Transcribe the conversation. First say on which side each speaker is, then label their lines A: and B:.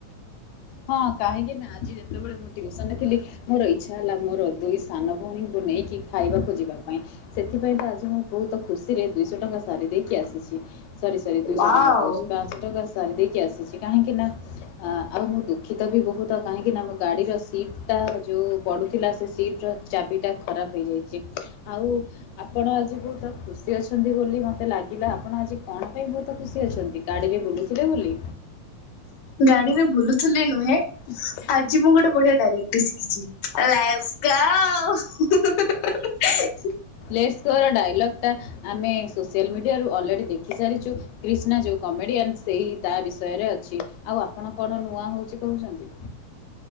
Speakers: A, on the left; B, on the left.
A: ହଁ କାହିଁକି ନା ଆଜି ଯେତେବେଳେ ମୁଁ ଟିଉସନରେ ଥିଲି ମୋର ଇଚ୍ଛା ହେଲା ମୋର ଦୁଇ ସାନ ଭଉଣୀଙ୍କୁ ନେଇକି ଖାଇବାକୁ ଯିବା ପାଇଁ ସେଥିପାଇଁ ତ ଆଜି ମୁଁ ବହୁତ ଖୁସିରେ ଦୁଇଶହ ଟଙ୍କା ସାରି ଦେଇକି ଆସିଚି। ଚି ସରି ସରି ଦୁଇଶହ
B: ୱାଓ
A: ଟଙ୍କା କହୁଛି ପାଂଶହ ଟଙ୍କା ସାରି ଦେଇକି ଆସିଛି କାହିଁକି ନା ପା ଆଉ ମୁଁ ଦୁଃଖିତ ବି ବହୁତ କାହିଁକିନା ମୋ ଗାଡ଼ିର ସିଟ୍ ଟା ଯୋଉ ପଡ଼ିଥିଲା ସେ ସିଟ୍ ର ଚାବିଟା ଖରାପ ହେଇଯାଇଚି ଆଉ ଆପଣ ଆଜି ବହୁତ ଖୁସି ଅଛନ୍ତି ବୋଲି ମତେ ଲାଗିଲା ଆପଣ ଆଜି କଣ ପାଇଁ ବହୁତ ଖୁସି ଅଛନ୍ତି। ଗାଡ଼ିରେ ବୁଲୁଥିଲେ ବୋଲି।
B: ଗାଡିରେ ବୁଲୁଥିଲି ନୁହେଁ
A: <inaudible>
B: ଆଜି ମୁଁ ଗୋଟେ ବଢିଆ ଡାଇଲେକ୍ଟ ଶିଖିଛି ଏ ଲାଇଫ୍ ଗୋ <inaudible>
A: ୟେସ ତୋର ଡାଇଲଗ୍ ଟା ଆମେ ସୋସିଆଲ ମିଡିଆରୁ ଅଲରେଡ଼ି ଦେଖି ସାରିଚୁ କ୍ରିଷ୍ଣା ଯୋଉ କମେଡିଆନ୍ ସେଇ ତା ବିଷୟରେ ଅଛି। ଆଉ ଆପଣ କଣ ନୂଆ ହଉଚି କହୁଚନ୍ତି।